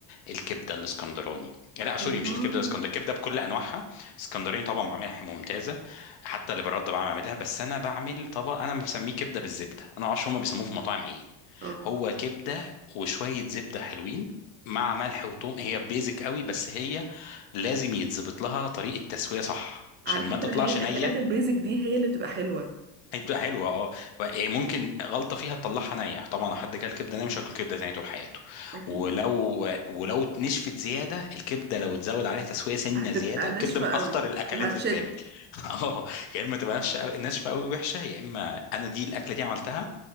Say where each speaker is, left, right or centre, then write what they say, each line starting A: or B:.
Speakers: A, on the left; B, on the right.
A: الكبده الاسكندراني لا سوري
B: الله
A: مش الكبده الاسكندراني الكبده بكل انواعها اسكندراني طبعا بعملها ممتازه حتى اللي برده بعمل اعملها بس انا بعمل طبق انا بسميه كبده بالزبده انا معرفش هما بيسموه في المطاعم ايه
B: اه
A: هو كبده وشويه زبده حلوين مع ملح وثوم هي بيزك قوي بس هي لازم يتظبط لها طريقه تسويه صح
B: على
A: عشان
B: فكرة
A: ما تطلعش
B: هي الأكلات
A: نيه
B: البيزك دي هي اللي بتبقى حلوة
A: هي بتبقى حلوه اه و- إيه ممكن غلطه فيها تطلعها نيه طبعا لو حد كل كبده نيه مش هياكل كبده تاني طول حياته
B: أكيد
A: ولو ولو نشفت زياده الكبده لو اتزود عليها تسويه سنه
B: هتبقى
A: زياده
B: ناشفة
A: كبده من اخطر
B: قوي
A: الاكلات
B: وهتشد
A: اللي بتتعمل <laughs> اه يا اما تبقى ناشفه أوي- ناشفه قوي وحشه يا اما انا دي الاكله دي عملتها